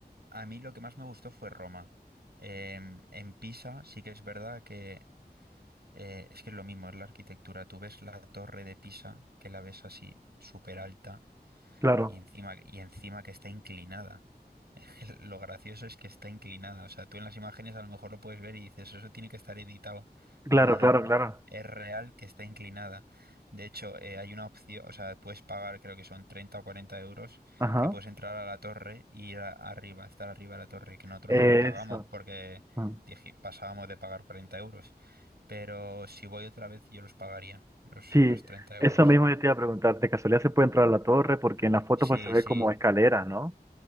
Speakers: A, on the right; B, on the right.
A: a mí lo que más me gustó fue Roma. Em, en Pisa sí que es verdad que eh, es que es lo mismo, es la arquitectura. Tú ves la torre de Pisa, que la ves así súper alta
B: Claro,
A: Y encima, y encima que está inclinada. Es que <laughs> Lo gracioso es que está inclinada. O sea, tú en las imágenes a lo mejor lo puedes ver y dices, eso tiene que estar editado.
B: claro,
A: No, no, no.
B: claro, claro.
A: Es real que está inclinada. De hecho, eh, hay una opción, o sea, puedes pagar, creo que son 30 o 40 euros,
B: Ajá.
A: que puedes entrar a la torre y ir a- arriba, estar arriba de la torre, que nosotros
B: Eso.
A: no lo pagamos porque
B: Ah,
A: dije- pasábamos de pagar 40 euros. Pero si voy otra vez, yo los pagaría, los,
B: Sí,
A: los 30 euros.
B: eso mismo yo te iba a preguntar. ¿De casualidad se puede entrar a la torre? Porque en la foto
A: Sí,
B: pues se ve
A: sí.
B: como escaleras, ¿no?